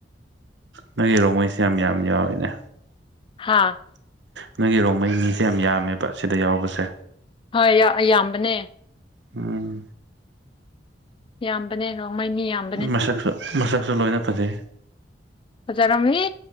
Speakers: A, on the right; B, on the left.
A: ꯅꯪꯒꯤ ꯔꯣꯡꯃꯩꯁꯦ ꯌꯥꯝ ꯌꯥꯝ ꯌꯥꯎꯋꯤꯅꯦ
B: ꯍꯥꯥ
A: ꯅꯪꯒꯤ ꯔꯣꯡꯃꯩꯅꯤꯁꯦ ꯌꯥꯝ ꯌꯥꯝꯃꯦꯕ ꯁꯤꯗ ꯌꯥꯎꯕꯁꯦ
B: ꯍꯣꯏ ꯏ ꯌꯥꯝꯕꯅꯦ
A: ꯎꯝ
B: ꯌꯥꯝꯕꯅꯦ ꯉꯃꯩꯅꯤ ꯌꯥꯝꯕꯅꯦ
A: ꯃꯁꯛꯁꯨ ꯃꯁꯛꯁꯨ ꯂꯣꯏꯅ ꯐꯖꯩ
B: ꯍꯖꯔꯝꯃꯤ